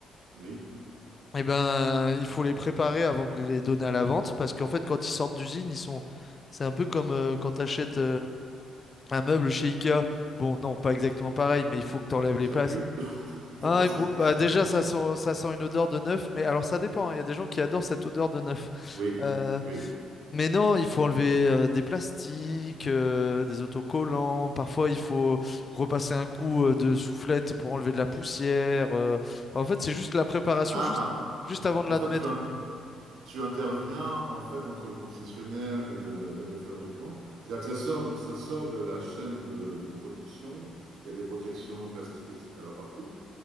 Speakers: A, on the right; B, on the left.
A: oui,
B: eh ben, il faut les préparer avant de les donner à la vente, parce qu'en fait, quand ils sortent d'usine, ils sont, c'est un peu comme euh, quand tu achètes un meuble chez Ikea. Bon, non, pas exactement pareil, mais il faut que tu enlèves les
A: ça
B: places,
A: pue. <laughs>
B: ah,
A: Non, c'est
B: ou-
A: pas
B: bah,
A: ça.
B: déjà, ça sent, ça sent une odeur de neuf, mais alors ça dépend. hein, Il y a des gens qui adorent cette odeur de neuf.
A: Oui,
B: Euh,
A: oui.
B: mais non, il faut enlever euh, des plastiques, euh, des autocollants. Parfois, il faut repasser un coup euh, de soufflette pour enlever de la poussière. euh. Enfin, en fait, c'est juste la préparation,
A: Ah,
B: juste, juste avant de
A: en
B: l'admettre.
A: fait tu, in-
B: au client.
A: tu interviens en fait entre le concessionnaire et le, et le fabricant. C'est-à-dire que ça sort, ça sort de la chaîne de, de production. Il y a des protections plastiques, etc. partout.